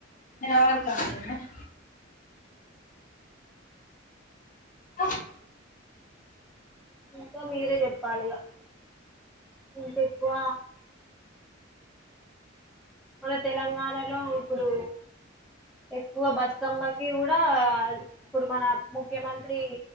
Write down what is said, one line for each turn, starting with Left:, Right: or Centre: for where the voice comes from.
Left: నిలవడుతంది నేను ఆహా
Centre: ఇంకా మీరే చెప్పాలి ఇగ ఇంకెక్కువ మన తెలంగాణలో ఇప్పుడు పువ్వా బతుకమ్మకి గుడా ఇప్పుడు మన ముఖ్యమంత్రి